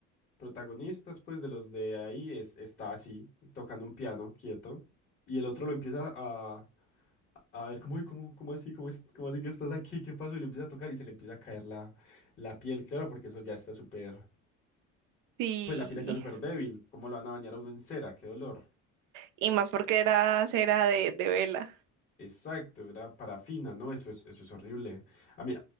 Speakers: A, on the left (about 30°); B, on the right (about 75°).
A: protagonistas, pues, de los de ahí, es, está así, tocando un piano, quieto. Y el otro lo empieza a, a ver como, uy, ¿cómo, cómo así? ¿Cómo, es- cómo así que estás aquí? ¿Qué pasó? Y le empieza a tocar y se le empieza a caer la, la piel, claro, porque eso ya está súper.
B: Sí,
A: Pues la piel está súper débil. ¿Cómo lo van a bañar a uno en cera? ¡Qué dolor!
B: y más porque era cera de, de vela.
A: Exacto, era parafina, ¿no? Eso es, eso es horrible. A mí,